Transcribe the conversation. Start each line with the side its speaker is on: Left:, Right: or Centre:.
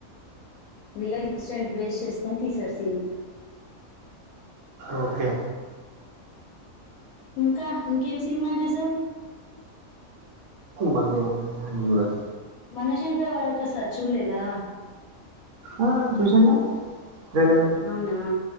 Left: రియల్ ఇన్స్డెంట్ బేస్ చేసుకొని తీశారు సీన్మా
Right: ఓకే
Left: ఇంకా ఇంకేం సినిమాలు జూసావ్
Right: మళ్ద మళ్ అన్ని జూడన్
Left: మనశంకా వరప్రసాద్ చూలేదా
Right: ఆ చూసన్గా ట్రెలరు
Left: అవునా!